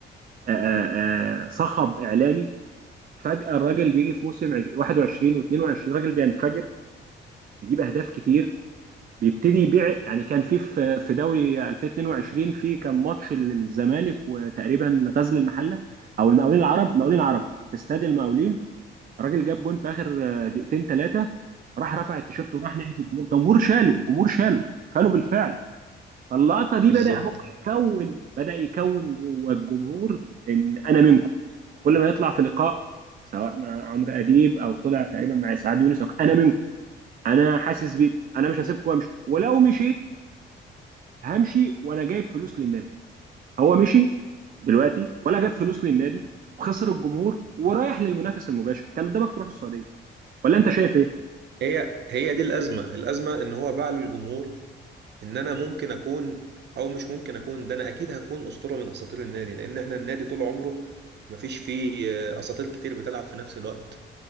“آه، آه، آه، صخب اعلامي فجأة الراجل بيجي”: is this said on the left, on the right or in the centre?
Right